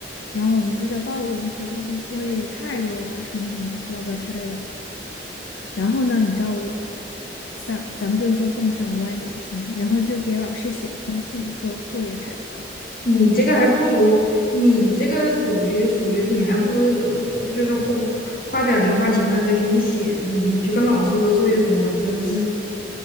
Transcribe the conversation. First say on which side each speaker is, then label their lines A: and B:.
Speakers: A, on the left; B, on the left.
A: 然后我们就在抱怨说这个东作业太多了啊什么什么的，不啦不啦之类的。然后呢，你知道我，咱咱们就是说动上了歪脑筋，然后就给老师写了封信，说作业太多了。
B: 你这个还不如你这个属于属于是你还不如花就是花花点儿零花钱让人家给你写呢，你你就跟老师说作业多，你这不是